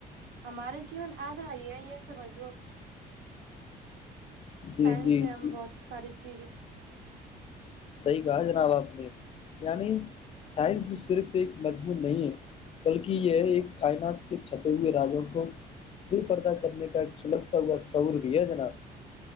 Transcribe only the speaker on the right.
ہمارے جیون آدھ آائی ہے یہ سمجھ لو
سائنس
سے ہم
بہت ساری چیزیں